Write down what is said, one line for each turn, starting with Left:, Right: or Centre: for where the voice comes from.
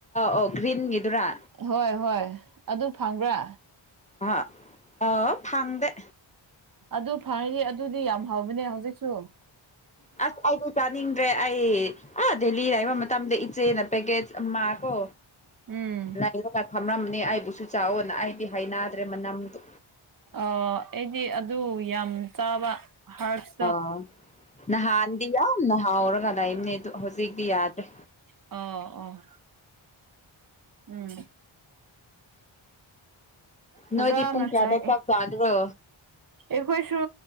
Left: ꯑꯧ ꯒ꯭ꯔꯤꯟꯒꯤꯗꯨꯔꯥ
Right: ꯍꯣꯏ ꯍꯣꯏ ꯑꯗꯨ ꯐꯪꯕ꯭ꯔꯥ
Left: ꯑ ꯑ ꯐꯃꯗꯦ
Right: ꯑꯗꯨ ꯐꯔꯦꯅꯦ ꯑꯗꯨꯗꯤ ꯌꯥꯝ ꯍꯥꯎꯕꯅꯦ ꯍꯧꯖꯤꯛꯁꯨ
Left: ꯑꯁ ꯑꯩꯗꯤ ꯆꯥꯅꯤꯡꯗ꯭ꯔꯦ ꯑꯩ ꯑ ꯗꯦꯜꯂꯤ ꯍꯥꯏꯕ ꯃꯇꯝꯗ ꯏꯆꯦꯅ ꯄꯦꯀꯦ ꯑꯃ ꯀꯣ
Right: ꯎꯝ
Left: ꯂꯥꯏꯔꯒ ꯐꯝꯃꯝꯅꯤ ꯑꯩꯕꯨꯁꯨ ꯆꯥꯎꯑꯣꯅ ꯑꯩꯗꯤ ꯍꯥꯏꯅꯗ꯭ꯔꯦ ꯃꯅꯝꯗꯨ
Right: ꯑ ꯑꯩꯗꯤ ꯑꯗꯨ ꯌꯥꯝ ꯆꯥꯕ ꯍꯥꯔꯞꯁ
Left: ꯑ ꯅꯍꯥꯟꯗꯤ ꯌꯥꯝ ꯅꯍꯥꯎꯔꯒ ꯂꯩꯝꯅꯦ ꯍꯧꯖꯤꯛꯇꯤ ꯌꯥꯗ꯭ꯔꯦ
Right: ꯑꯣ ꯑꯣ ꯎꯝ ꯐꯖꯅ
Left: ꯅꯣꯏꯗꯤ ꯄꯨꯡ ꯀꯌꯥꯗ
Right: ꯆꯥꯏ
Left: ꯆꯥꯛ ꯆꯥꯗ꯭ꯔꯣ
Right: ꯑꯩꯈꯣꯏꯁꯨ